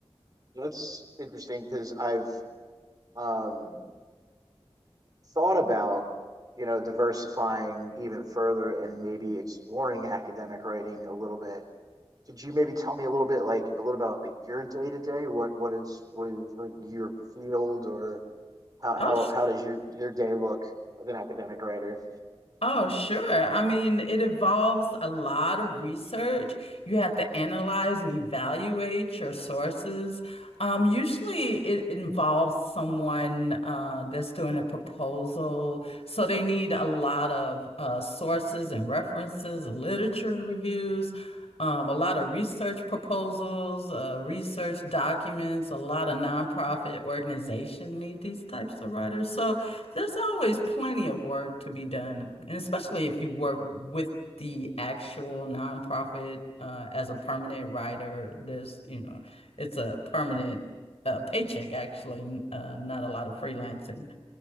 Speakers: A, on the right; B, on the left.
A: That's interesting because I've um, thought about you know diversifying even further and maybe exploring academic writing a little bit. Could you maybe tell me a little bit like a little about like your day to day? What what is what is like your field or how
B: Oh,
A: how how does your your day look as an academic writer?
B: Oh, sure. I mean, it involves a lot of research. You have to analyze and evaluate your sources. Um, usually, it involves someone uh, that's doing a proposal. So they need a lot of uh, sources and references, literature reviews, um, a lot of research proposals, uh, research documents. A lot of nonprofit organizations need these types of writers. So, there's always plenty of work to be done, and especially if you work with the actual nonprofit uh, as a permanent writer. There's, you know, it's a permanent uh, paycheck actually, uh, not a lot of freelancing.